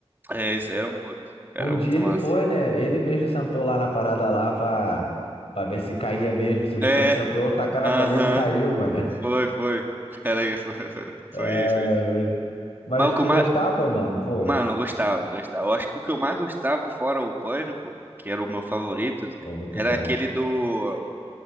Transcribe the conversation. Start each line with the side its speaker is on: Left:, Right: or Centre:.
Right: É, esse era um outro. Era
Left: Um dia
Right: muito
Left: ele
Right: massa.
Left: foi, né? Ele mesmo sentou lá na parada lá pra, pra ver se caía mesmo. O Silvio
Right: É,
Left: Santos sentou, tacaram
Right: aham.
Left: a bolinha, ele caiu, mano. <laughs>
Right: Foi, foi. Era, <laughs> foi, foi,
Left: Ai,
Right: foi. isso.
Left: eu- Mas
Right: Mas o que
Left: tu
Right: eu mais.
Left: gostava, mano? Pô,
Right: Mano, eu gostava, gostava. Eu acho que o que eu mais gostava, fora o Pânico, que era o meu favorito,
Left: pô, muito
Right: era
Left: bom.
Right: aquele do.